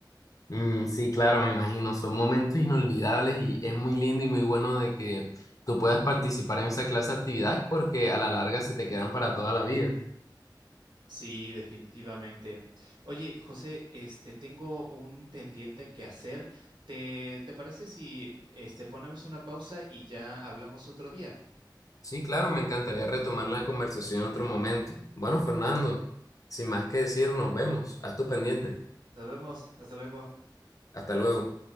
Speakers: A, on the left (about 45°); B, on the right (about 75°).
A: Mm, sí, claro, me imagino. Son momentos inolvidables y es muy lindo y muy bueno de que tú puedas participar en esa clase de actividades porque a la larga se te quedan para toda la vida.
B: Sí, definitivamente. Oye, José, este, tengo un pendiente que hacer. ¿Te, te parece si, este, ponemos una pausa y ya hablamos otro día?
A: Sí, claro, me encantaría retomar la conversación en otro momento. Bueno, Fernando, sin más que decir, nos vemos. Haz tu pendiente.
B: Nos vemos. Hasta luego.
A: Hasta luego.